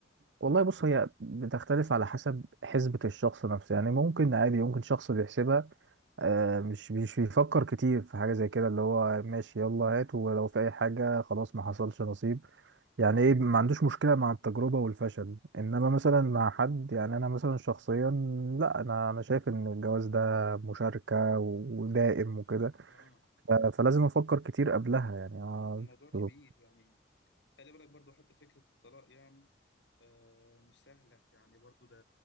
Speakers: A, on the right; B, on the left.
A: والله بص هي بتختلف على حسب حسبة الشخص نفسه يعني ممكن عادي ممكن شخص بيحسبها آه، مش مش بيفكر كتير في حاجة زي كده اللي هو ماشي يلا هات ولو في أي حاجة خلاص ما حصلش نصيب يعني إيه ما عندوش مشكلة مع التجربة والفشل إنما مثلا مع حد يعني أنا مثلا شخصيا لا أنا أنا شايف إن الجواز ده مشاركة و- ودائم وكده
B: اه
A: ف- فلازم أفكر كتير قبلها يعني آه،
B: الموضوع كبير
A: اه
B: يعني خلي بالك برضه حتى فكره الطلاق يعني آه مش سهله يعني برضه ده